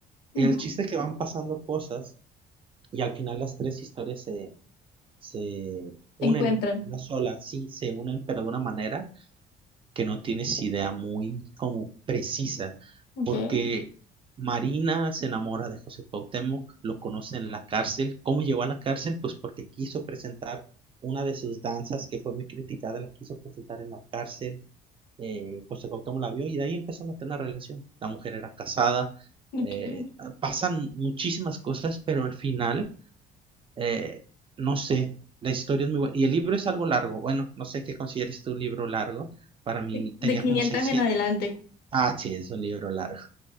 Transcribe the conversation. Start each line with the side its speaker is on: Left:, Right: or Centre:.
Right: El
Left: ujú.
Right: chiste es que van pasando cosas y al final las tres historias se, se unen,
Left: Se encuentran.
Right: una sola, sí, se unen, pero de una manera que no tienes idea muy como precisa,
Left: Okay,
Right: porque Marina se enamora de José Cuauhtémoc, lo conoce en la cárcel. ¿Cómo llegó a la cárcel? Pues porque quiso presentar una de sus danzas que fue muy criticada, la quiso presentar en la cárcel. Eh, José Cuauhtémoc la vio y de ahí empezaron a tener una relación. La mujer era casada,
Left: okay.
Right: eh, pasan muchísimas cosas, pero al final eh, no sé, la historia es muy buena. Y el libro es algo largo. Bueno, no sé qué consideres tú un libro largo. Para mí
Left: De, de
Right: tenía
Left: 500
Right: como 600.
Left: en adelante.
Right: Ah, sí, es un libro largo.